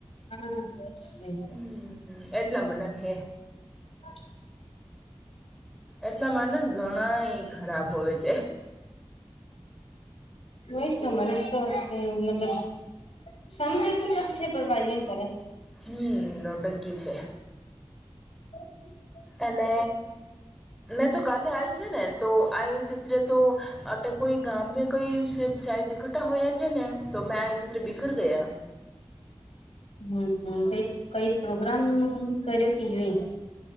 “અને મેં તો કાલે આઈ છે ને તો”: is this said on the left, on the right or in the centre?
Centre